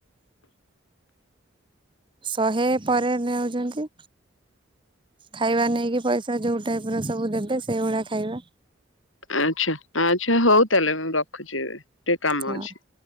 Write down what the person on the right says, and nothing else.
ଶହେ ପରେ ନେଉଛନ୍ତି ଖାଇବା ନେଇକି ପଇସା ଯୋଉ ଟାଇପ ର ସବୁ ଦେବେ ସେଇଭଳିଆ ଖାଇବା।
ହଁ